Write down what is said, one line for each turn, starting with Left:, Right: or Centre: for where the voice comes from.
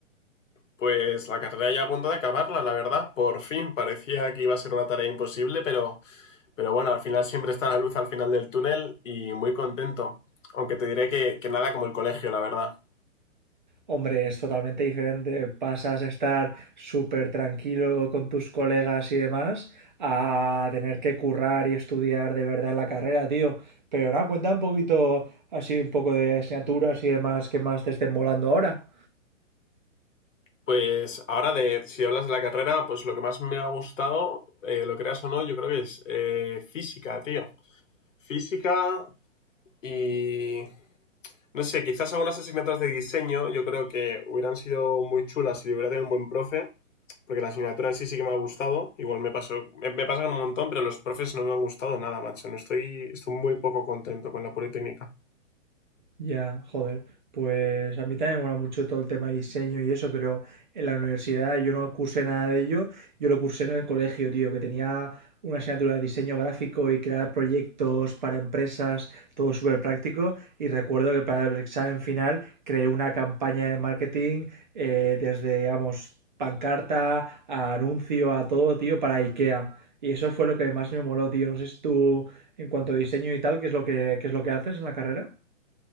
Left: Pues la carrera ya a punto de acabarla, la verdad. Por fin, parecía que iba a ser una tarea imposible, pero, pero bueno, al final siempre está la luz al final del túnel y muy contento. Aunque te diré que, que nada como el colegio, la verdad.
Right: Hombre, es totalmente diferente. Pasas a estar súper tranquilo con tus colegas y demás a tener que currar y estudiar de verdad en la carrera, tío. Pero nada, cuenta un poquito así, un poco de asignaturas y demás que más te estén volando ahora.
Left: Pues ahora de, si hablas de la carrera, pues lo que más me ha gustado, eh, lo creas o no, yo creo que es eh, física, tío. Física y No sé, quizás algunas asignaturas de diseño yo creo que hubieran sido muy chulas si hubiera tenido un buen profe, porque la asignatura en sí sí que me ha gustado. Igual me pasó, me, me pasa con un montón, pero los profes no me han gustado nada, macho. No estoy, estoy muy poco contento con la Politécnica.
Right: Ya, joder, pues a mí también me mola mucho todo el tema de diseño y eso, pero en la universidad yo no cursé nada de ello, yo lo cursé en el colegio, tío, que tenía una asignatura de diseño gráfico y crear proyectos para empresas, todo súper práctico, y recuerdo que para el examen final creé una campaña de marketing eh, desde, vamos, pancarta a anuncio, a todo, tío, para IKEA. Y eso fue lo que más me moló, tío. No sé si tú, en cuanto a diseño y tal, ¿qué es lo que, qué es lo que haces en la carrera?